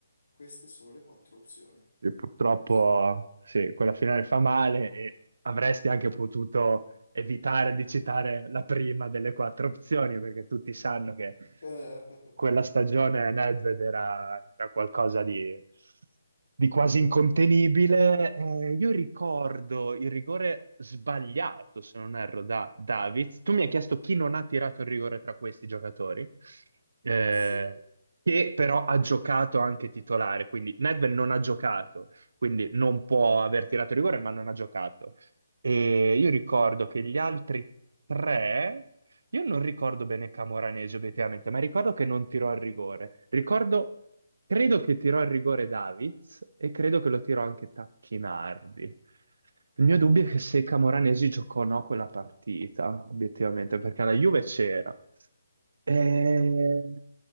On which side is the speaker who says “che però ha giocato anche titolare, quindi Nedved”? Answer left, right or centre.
Right